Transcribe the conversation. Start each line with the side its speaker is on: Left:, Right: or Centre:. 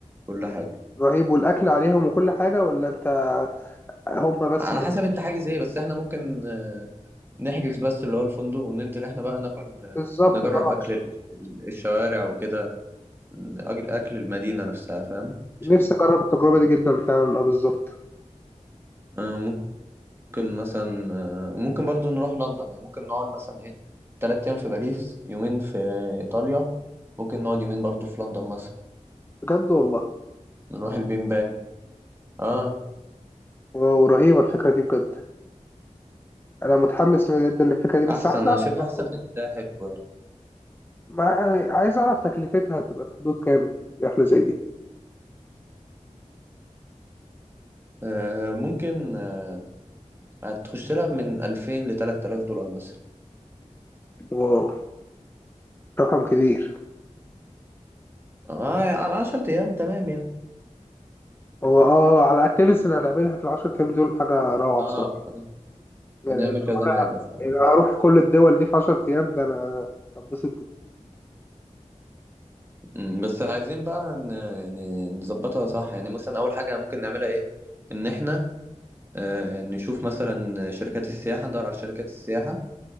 Right: كل حاجه
Left: رهيب والأكل عليهم وكل حاجة ولا أنت هما بس
Right: على
Left: الم-
Right: حسب انت حاجز ايه بس احنا ممكن آه، نحجز بس اللي هو الفندق وننزل احنا بقى ناكل آه،
Left: بالظبط
Right: نجرب
Left: أه
Right: اكل
Left: عشان-
Right: ال- ال- الشوارع وكده أجر- اكل المدينه نفسها فاهم عشان
Left: نفسي أجرب التجربة دي جدا فعلا أه بالظبط
Right: آه، ممكن مثلا آه، وممكن برضو نروح لندن يعني ممكن نقعد مثلا ايه تلات أيام في باريس يومين في إيطاليا ممكن نقعد يومين برضو في لندن مثلا
Left: بجد والله
Right: نروح البين بان اه
Left: واو رهيبة الفكرة دي بجد أنا متحمس جدا للفكرة دي بس
Right: أحسن
Left: عايز
Right: أنا
Left: أعرف
Right: شايف
Left: برضه
Right: أحسن في الساحل و...
Left: ما- عايز أعرف تكلفتها هتبقى في حدود كام رحلة زي دي؟
Right: آه ممكن آه هتخش لها من ألفين لتلات آلاف دولار مثلا
Left: واو رقم كبير
Right: اه على عشرة أيام تمام يعني
Left: هو اه على الاكتيفيتيز اللي هنعملها في العشر ايام دول حاجه روعه
Right: اه
Left: بصراحه
Right: آه،
Left: يعني
Right: هنعمل
Left: انا
Right: كذا حاجة فعلا
Left: يعني أنا هروح كل الدول دي في 10 ايام ده انا هتبسط جدا
Right: أمم، بس عايزين بقى ن... يعني نظبطها صح يعني مثلا أول حاجة ممكن نعملها ايه إن احنا آه، نشوف مثلا شركات السياحة ندور على شركات السياحة